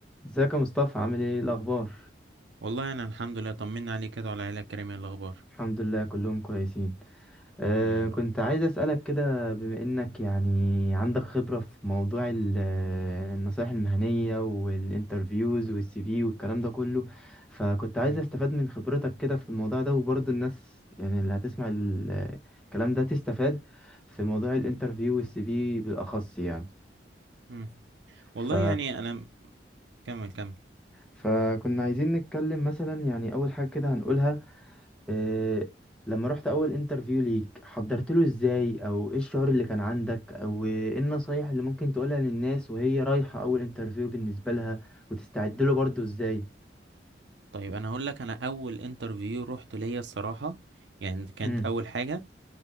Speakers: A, in the centre; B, on the right (about 80°).
A: ازيك يا مصطفى عامل ايه إيه الاخبار
B: والله انا الحمد لله طمنا عليك كده وعلى العيله الكريمه إيه الاخبار
A: الحمد لله كلهم كويسين أه
B: الحمد لله يا
A: كنت
B: رب
A: عايز اسالك كده بما انك يعني عندك خبره في موضوع ال- النصائح المهنيه والانترفيوز والسي في والكلام ده كله فكنت عايز
B: مم.
A: استفاد من خبرتك كده في الموضوع ده وبرضه الناس يعني اللي هتسمع ال- آه، الكلام ده تستفاد في موضوع الانترفيو
B: مم.
A: والسي في بالاخص يعني
B: مم. والله
A: ف
B: يعني انا م- كمل كمل
A: فكنا
B: مم.
A: عايزين نتكلم مثلا يعني اول حاجه كده هنقولها إيه لما رحت اول انترفيو ليك حضرت له ازاي او ايه الشعور اللي كان عندك او ايه النصايح اللي ممكن تقولها للناس وهي رايحة اول انترفيو بالنسبة لها وتستعد له برضه ازاي
B: طيب انا هقول لك انا اول انترفيو رحت ليا الصراحه يعني كانت
A: امم
B: اول حاجه